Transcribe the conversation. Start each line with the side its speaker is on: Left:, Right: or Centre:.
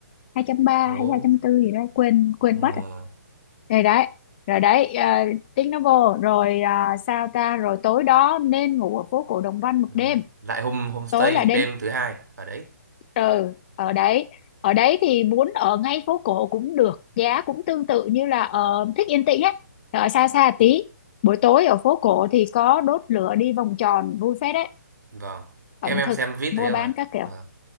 Left: Hai trăm ba
Right: phố
Left: hay 204 gì đó quên quên
Right: ừ,
Left: mất rồi rồi đấy rồi đấy à, tiếng nó vô rồi à, sao ta rồi tối đó nên ngủ ở phố cổ Đồng Văn một
Right: ừ.
Left: đêm
Right: lại hôm homestay
Left: tối là đến
Right: đêm thứ hai ở đấy
Left: ừ ở đấy ở đấy thì muốn ở ngay phố cổ cũng được giá cũng tương tự như là ở thích yên tĩnh á, ở xa xa tí buổi tối ở phố cổ thì có đốt lửa đi vòng tròn vui phết đấy
Right: vâng em
Left: ẩm
Right: em
Left: thực
Right: xem vít
Left: mua
Right: thấy rồi
Left: bán các kiểu
Right: vâng